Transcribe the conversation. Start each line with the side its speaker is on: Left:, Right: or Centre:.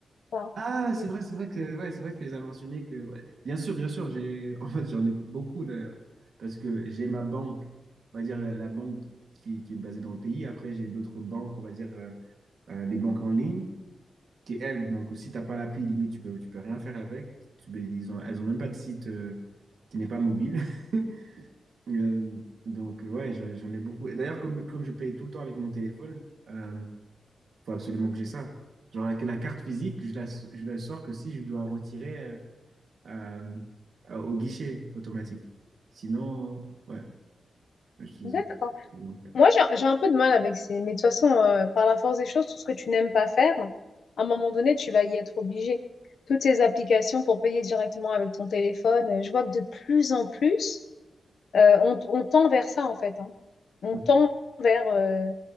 Left: toi?
Right: Ah, c'est
Left: Oui.
Right: vrai, c'est vrai que ouais, c'est vrai que tu les as mentionnés que ouais. Bien sûr, bien sûr, j'ai <laughs> en fait j'en ai beaucoup d'ailleurs parce que j'ai ma banque, on va dire la, la banque qui, qui est basée dans le pays. Après j'ai d'autres banques, on va dire euh, euh, des banques en ligne qui elles donc si t'as pas l'appli limite tu peux tu peux rien faire avec. Tu, ils ont, elles ont même pas de site euh, qui n'est pas mobile. <laughs> Euh, donc ouais, j'en j'en ai beaucoup. Et d'ailleurs comme comme je paye tout le temps avec mon téléphone. euh, faut absolument que j'ai ça. Genre la, la carte physique, je la, je la sors que si je dois retirer euh, euh, euh, au guichet automatique. Sinon, ouais, je suis
Left: D'accord.
Right: bancaire.
Left: Moi, j'ai j'ai un peu de mal avec ces... Mais de toute façon, euh, par la force des choses, tout ce que tu n'aimes pas faire, à un moment donné, tu vas y être obligé. Toutes ces applications pour payer directement avec ton téléphone, euh, je vois que de plus en plus, euh, on, on tend vers ça, en fait. hein. On
Right: Mm,
Left: tend vers... euh,